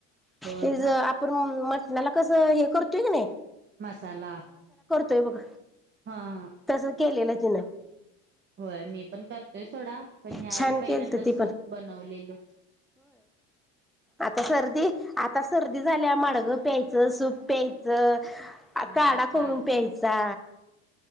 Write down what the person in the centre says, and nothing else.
हे
ज आपण म नाला कसं हे करतोय की नई
तोय बघ
तस केलेलं तिन
छान
केलत ती
आतास आता सर्दी झाल्या माडगं प्यायचं, सूप प्यायचं. आ
काढा
करून प्यायचा.